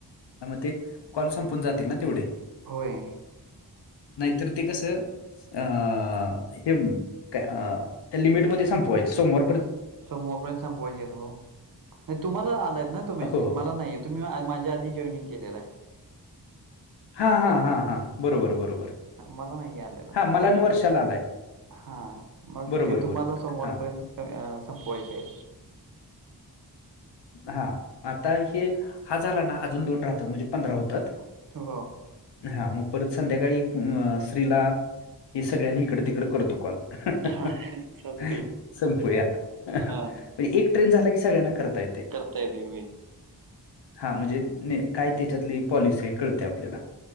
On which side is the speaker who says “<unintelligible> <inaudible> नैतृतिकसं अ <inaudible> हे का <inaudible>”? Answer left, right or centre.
Left